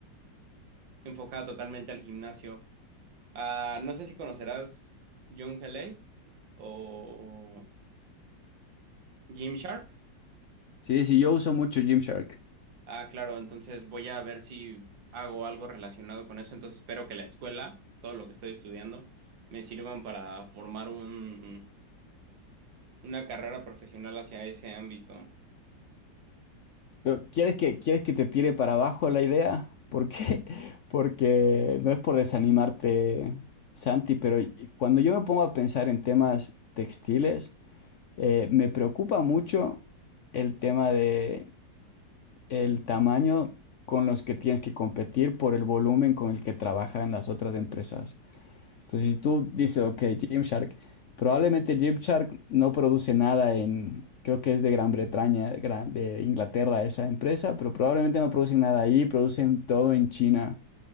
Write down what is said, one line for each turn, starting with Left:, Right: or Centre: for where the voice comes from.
Right: enfocada totalmente al gimnasio. Ah, no sé si conocerás John L.A. o Gymshark.
Left: Sí, sí, yo uso mucho Gymshark.
Right: Ah, claro, entonces voy a ver si hago algo relacionado con eso. Entonces espero que la escuela, todo lo que estoy estudiando, me sirvan para formar un, una carrera profesional hacia ese ámbito.
Left: Pero ¿quieres que, quieres que te tire para abajo la idea? ¿Por qué? <laughs> Porque no es por desanimarte, Santi, pero y- cuando yo me pongo a pensar en temas textiles, eh, me preocupa mucho el tema de el tamaño con los que tienes que competir por el volumen con el que trabajan las otras empresas. Entonces, si tú dices, ok, Gymshark, probablemente Gymshark no produce nada en, creo que es de Gran Bretaña, Gra- de Inglaterra esa empresa, pero probablemente no producen nada ahí, producen todo en China.